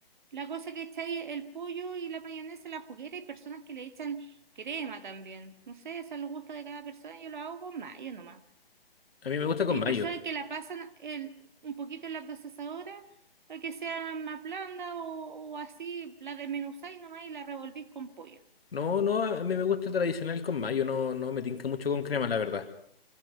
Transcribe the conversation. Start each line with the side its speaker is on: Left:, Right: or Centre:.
Right: La cosa que echáis el pollo y la mayonesa en la juguera, hay personas que le echan crema también. No sé, eso es el gusto de cada persona, yo lo hago con mayo nomás.
Left: A mí me gusta con
Right: Hay
Left: mayo.
Right: personas que la pasan en- un poquito en la procesadora para que sea más blanda o, o así, la desmenuzáis nomás y la revolvís con pollo.
Left: No, no, a a mí me gusta tradicional con mayo. No, no me tinca mucho con crema, la verdad.